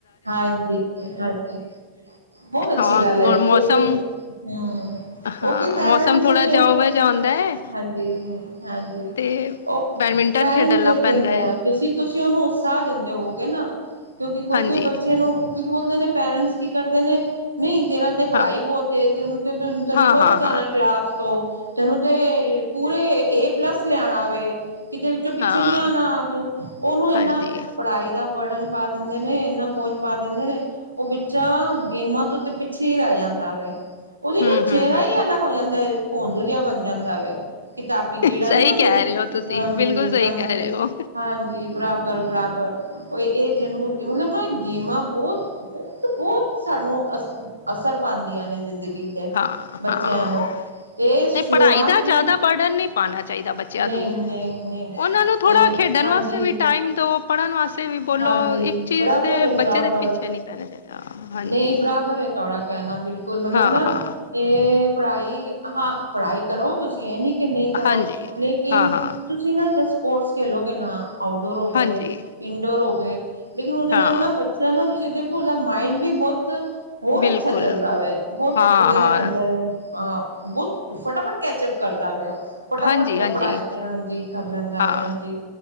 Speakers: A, on the right; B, on the left.
A: ਹਾਂਜੀਹਾਂਜੀ ਬਹੁਤ ਅੱਛੀ
B: ਹਾਂ
A: ਗੱਲ ਐ ਕਿਉਂਕਿ
B: ਮੌਸਮ
A: ਹਾ
B: ਹਾਂ
A: ਓ ਕੀ ਪੈਰੈਂਟਸ
B: ਮੌਸਮ ਥੋੜਾ
A: ਸੁਤੇ
B: ਜਿਹਾ
A: ਹੋਣ
B: ਹੋਵੇ ਜਾ ਹੁੰਦਾ ਹੈ
A: ਹਾਂਜੀ ਹਾਂਜੀ
B: ਤੇ
A: ਉ
B: ਬੈਡਮਿੰਟਨ
A: ਪੈਰਟਸ
B: ਖੇਡਣਾ
A: ਦੇਖ
B: ਪੈਂਦਾ
A: ਕੇ ਨਿ
B: ਹੈ
A: ਆਓ ਤੁਸੀਂ ਤੁਸੀਂ ਉਹਨੂੰ ਉਤਸ਼ਾਹ ਦਿੰਦੇ ਹੋਵੋਗੇ ਨਾ ਕਿਉਂਕਿ ਕੋਈ
B: ਹਾਂਜੀ
A: ਕੋਈ ਬੱਚੇ ਨੂੰ ਕੀ ਬੋਲਦੇ ਨੇ ਪੈਰੈਂਟਸ ਕੀ ਕਰਦੇ ਨੇ ਨਈ ਤੇਰਾ ਤੇ ਪੜ੍ਹਾਈ
B: ਹਾਂ
A: ਬਹੁਤ ਏ ਤੁਨ ਤੈਨੂੰ
B: ਹਾਂ
A: ਫਸਟ
B: ਹਾਂ ਹਾਂ
A: ਆਉਣਾ ਕਲਾਸ ਤੋਂ। ਤੈਨੂੰ ਤੇ ਪੂਰੇ ਏ ਪਲੱਸ ਲਿਆਣਾ ਵੇ ਕਿਤੇ ਵਿੱਚੋਂ ਪਿੱਛੇ
B: ਹਾਂ
A: ਨੀ ਆਣਾ ਤੂੰ ਉਹਨੂੰ ਏਨਾ
B: ਹਾਂਜੀ
A: ਪੜਾਈ ਦਾ ਬਰਡਨ ਪਾ ਦਿੰਦੇ ਨੇ, ਏਨਾ ਬੋਝ ਪਾ ਦਿੰਦੇ ਨੇ। ਉਹ ਬੱਚਾ ਗੇਮਾਂ ਤੋਂ ਤੇ ਪਿੱਛੀ ਰਹਿ ਜਾਂਦਾ ਵੇ। ਉਹਦੀ
B: ਹਮ
A: ਨਾ ਚਿਹਰਾ
B: ਹਮ ਹਮ
A: ਈ ਅਲੱਗ ਹੋ ਜਾਂਦਾ ਵੇ ਭੋਂਦੂ ਜਿਹਾ ਬਣ ਜਾਂਦਾ ਵੇ। ਕਿਤਾਬੀ ਕੀੜਾ
B: ਸਹੀ
A: ਨੀ ਹੁੰਦੇ
B: ਕਹਿ ਰਹੇ ਹੋ ਤੁਸੀਂ
A: ਹਾਂਜੀ-ਹਾਂਜੀ,
B: ਬਿਲਕੁਲ ਸਹੀ ਕਹਿ ਰਹੇ ਹੋ
A: ਹਾਂਜੀ ਬਰਾਬਰ ਬਰਾਬਰ ਏ ਇਹ ਜ਼ਰੂਰ ਮਤਲਬ ਨਾ ਗੇਮਾਂ ਬਹੁਤ ਬਹੁਤ ਬਹੁਤ ਸਾਨੂੰ ਅਸ ਅਸਰ ਪਾਂਦੀਆਂ ਨੇ ਜ਼ਿੰਦਗੀ ਚ
B: ਹਾਂ
A: ਬੱਚਿਆਂ
B: ਹਾਂ
A: ਨੂੰ। ਤੇ
B: ਨਹੀਂ
A: ਸ਼ੁਰੂਆਤ
B: ਪੜ੍ਹਾਈ ਦਾ ਜ਼ਿਆਦਾ
A: ਜੀ,
B: ਬਰਡਨ ਨਹੀਂ ਪਾਉਣਾ ਚਾਹੀਦਾ ਬੱਚਿਆਂ
A: ਨਈ
B: ਨੂੰ
A: ਨਈ ਨਈ।
B: ਉਹਨਾਂ ਨੂੰ ਥੋੜ੍ਹਾ
A: ਤੇ
B: ਖੇਡਣ
A: ਹਾਂਜੀ।
B: ਵਾਸਤੇ ਵੀ ਟਾਈਮ ਦਿਉ ਪੜ੍ਹਨ ਵਾਸਤੇ ਵੀ ਬੋਲੋ
A: ਹਾਂਜੀ
B: ਇੱਕ ਚੀਜ਼
A: ਬਰਾਬਰ
B: ਦੇ
A: ਏ
B: ਬੱਚੇ
A: ਬਰਾਬਰ,
B: ਦੇ ਪਿੱਛੇ ਨਹੀਂ ਪੈਣਾ ਚਾਹੀਦਾ ਹਾਂਜੀ
A: ਨਈ ਬਰਾ ਬਰ ਏ ਤੁਹਾਡਾ ਕਹਿਣਾ ਬਿਲਕੁਲ ਮਤਲਬ
B: ਹਾਂ
A: ਨਾ
B: ਹਾਂ
A: ਇਹ ਪੜ੍ਹਾਈ ਹਾਂ ਪੜ੍ਹਾਈ ਕਰੋ ਤੁਸੀਂ ਇਹ ਨੀ ਕਿ ਨਈ ਕਰੋ
B: ਹਾਂਜੀ
A: ਲੇਕਿਨ
B: ਹਾਂ ਹਾਂ
A: ਤੁਸੀਂ ਨਾ ਜ ਸਪੋਰਟਸ ਖੇਲੋਗੇ ਨਾ ਆਊਟਡੋਰ ਹੋ
B: ਹਾਂਜੀ
A: ਗਏ ਇੰਡੋਰ ਹੋ ਗਏ ਲੇਕਿਨ ਉਹਦੇ
B: ਹਾਂ
A: ਨਾਲ ਨਾ ਬੱਚਾ ਨਾ ਤੁਸੀਂ ਦੇਖੋ ਉਹਦਾ ਮਾਇੰਡ ਵੀ ਬਹੁਤ ਹੋਰ
B: ਬਿਲਕੁਲ
A: ਅੱਛਾ ਚੱਲਦਾ ਵੇ ਬਹੁਤ
B: ਹਾਂ
A: ਉਹਦੇ
B: ਹਾਂ
A: ਅੰਦਰ ਅ ਬਹੁਤ ਫਟਾਫਟ ਕੈਚਅਪ ਕਰਦੇ ਵੇ। ਫਟਾਫਟ
B: ਹਾਂਜੀ-ਹਾਂਜੀ
A: ਤੇ ਪੜ੍ਹਾਈ ਤੇ ਹਾਂਜੀ ਕਰ ਲੈਂਦਾ
B: ਹਾਂ
A: ਵੇ ਹਾਂਜੀ